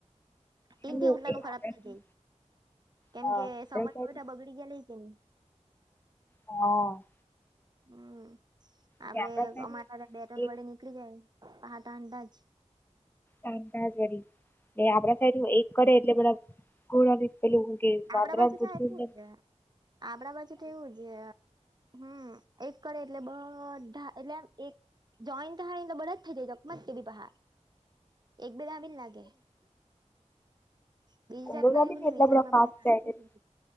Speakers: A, on the right; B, on the left.
A: ટીન
B: એવું
A: થી ઉટલા
B: એ
A: નુ ખરાબ
B: આપણે
A: થઇ જાય, કેમ
B: હા
A: કે
B: આપણા
A: સમન
B: સાઈડ
A: બધા બગડી ગયા લે કેની.
B: હ
A: હમ, આપડે
B: કે આપણા સાઈડ
A: અમા ટા ત બે ટન
B: એ
A: વડે ની પકડી જાય. પાહા ટાન તાજ.
B: કામકાજ વળી એ આપડા સાઈડ એક કરે એટલે બધા <unintelligible> પેલું કે
A: આપડા
B: વાંદરાનુ
A: બાજુ થાય
B: પૂછડુ
A: એવું
B: ની જેમ.
A: છે આપડા બાજુ તો એવું છે હમ એક કરે એટલે બધા એટલે એમ એક જોઈન થાય એટલે બધા જ થઈ જાય <unintelligible> તે ભી પાહા. એક બે વાર જ લાગે. બીજી
B: <unintelligible>
A: જાતમાં એવું નહી
B: એટલા
A: બીજી જાતમાં
B: બધા ફાસ્ટ
A: શાંતિથી
B: જાય તે <unintelligible>